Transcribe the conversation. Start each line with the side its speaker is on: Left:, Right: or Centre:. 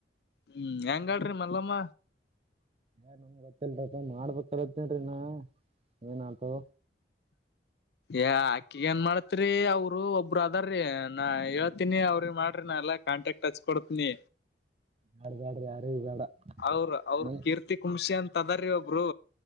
Left: ಹ್ಮ್ ಹೆಂಗಾಳ್ರಿ ಮಲ್ಲಮ್ಮ
Right: ಏ ನಮ್ಗೆ ಗೊತ್ತಲ್ರಿಪ ಮಾಡ್ಬೇಕರ್ಯತಿನ್ರಿ ನಾ ಏನ್ ಆತು
Left: ಏ ಅಕ್ಕಿಗ ಏನ್ ಮಾಡತ್ರಿ ಅವರು ಒಬ್ಬರು ಅದಾರ್ರೀ ನಾ ಹೇಳ್ತೀನಿ ಅವ್ರಿ ಮಾಡ್ರಿ ನಾ ಎಲ್ಲ ಕಾಂಟ್ಯಾಕ್ಟ್ ಟಚ್ ಕೊಡುದ ನೀ
Right: ಬ್ಯಾಡ ಬ್ಯಾಡ್ರಿ ಯಾರಿಗ್ ಬೇಡ
Left: ಅವ್ರ ಅವ್ರ
Right: ನಂಗ್
Left: ಕೀರ್ತಿ ಕುಂಶಿ ಅಂತ ಅದ್ರೀ ಒಬ್ರು